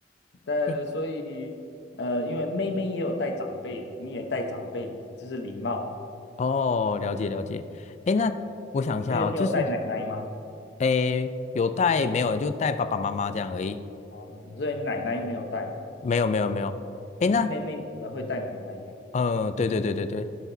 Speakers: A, on the left (about 75°); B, on the left (about 40°).
A: 但所以呃，
B: 诶
A: 因为妹妹也有带长辈，你也带长辈，这是礼貌，
B: 哦，了解了解。哎，那我想一下哦，
A: 因为你有带奶奶吗？
B: 就是哎，诶有带没有？就带爸爸妈妈这样而已。
A: 哦，所以你奶奶没有带，
B: 没有没有没有。哎，
A: 嗯妹妹可能会带奶奶耶，
B: 那呃，对对对对对。